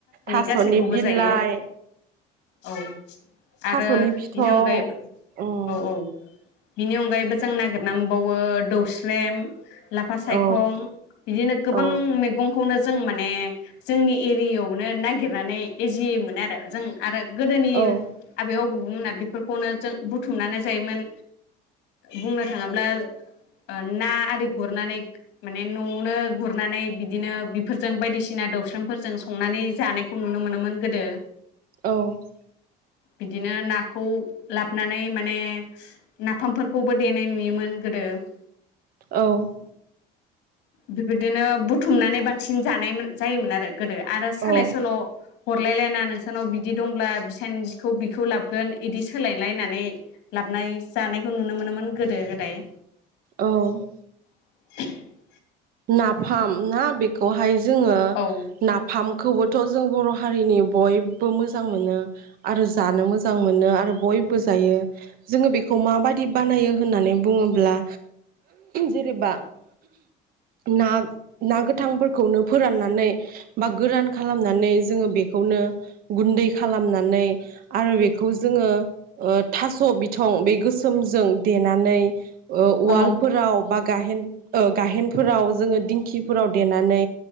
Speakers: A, on the right; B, on the left.
A: थास'नि
B: गासैखौबो
A: बिलाइ
B: जायो औ
A: थास'नि
B: आरो
A: फिथं
B: बिनि अनगायैबो
A: उम
B: औ औ बिनि अनगायैबो जों नागिरना मोनबावो दौस्रेम लाफा सायखं
A: औ
B: बिदिनो गोबां
A: औ
B: मैगं खौनो जों माने जोंनि एरियायाव नो नागिरनानै नै इजि मोनो आरो जों आरो गोदोनि
A: औ
B: आबायाव बुंना बेफोरखौनो जों बुथुमनानै जायोमोन बुंनो थाङोब्ला ओ ना आरि गुरनानै माने न'आवनो गुरनानै बिदिनो बेफोरजों बायदिसिना दौस्रेमफोरजों सं संनानै जानायखौ नुनो मोनोमोन गोदो ।
A: औ ।
B: बिदिनो नाखौ लाबनानै माने नाफामफोरखौबो देनाय नुयोमोन गोदो ।
A: औ ।
B: बेबायदिनो बुथुमनानै बांसिन जानायमोन जायोमोन आरो । गोदो आरो सोलाय
A: औ
B: सोल' हरलायलायना नोंसानाव बिदि दंब्ला बिसानिखौ बि खौ लाबगोन इदि सोलायलाय नानै लाबनाय जानायखौ नुनो मोनोमोन गोदो गोदाय
A: औ ।
B: <inaudible>
A: नाफाम ना बेखौहाय जोङो
B: औ
A: नाफामखौबोथ' जों बर' हारिनि बयबो मोजां मोनो आरो जानो मोजां मोनो आरो बयबो जायो जोङो बेखौ माबायदि बानायो होननानै बुङोब्ला जेनेबा ना ना गोथांफोर खौनो फोराननानै बा गोरान खालामनानै जोङो बेखौनो गुन्दै खालामनानै आरो बेखौ जोङो ओ थास' बिथं बे गोसोमजों देनानै ओ उवाल्फोराव
B: औ
A: बा गाहेन ओ गाहेन। फोराव जोङो दिंखिफोराव देनानै